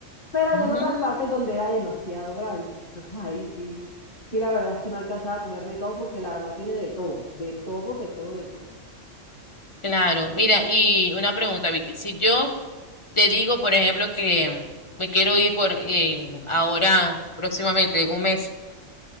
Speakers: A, on the left; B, on the left.
A: pero habían
B: Mm.
A: otras partes donde era demasiado grande. Entonces ahí sí, sí, la verdad es que no alcanzaba a comerme todo porque la verdad tiene de todo, de todo, de todo, de todo.
B: Claro, mira, y una pregunta, Vicky. Si yo te digo, por ejemplo, que me quiero ir por eh, ahora, próximamente, en un mes,